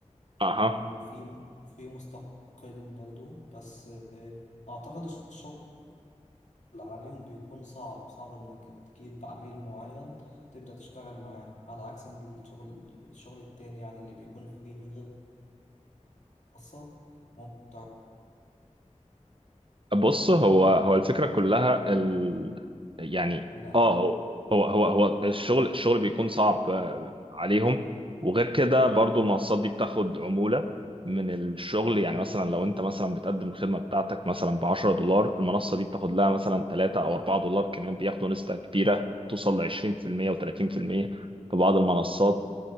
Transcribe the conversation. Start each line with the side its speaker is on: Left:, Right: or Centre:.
Right: اها
Left: آه، وفي وفي مستقل برضو بس آه، أعتقد الشغل اللي عليهم بيكون صعب صعب إنك تجيب عميل معين وتبدأ تشتغل معاه على عكس إن الشغل الشغل التاني يعني اللي بيكون فري من غير منصة ممكن تعرف
Right: بص هو هو الفكرة كلها ال... يعني
Left: ولا أنت
Right: اه هو هو هو الشغل الشغل بيكون صعب آه، عليهم وغير كده برضو المنصات دي بتاخد عمولة من الشغل يعني مثلا لو انت مثلا بتقدم الخدمة بتاعتك مثلا ب 10 دولار المنصة دي بتاخد لها مثلا 3 او 4 دولار كمان بياخدوا نسبة كبيرة توصل ل 20% و30% في بعض المنصات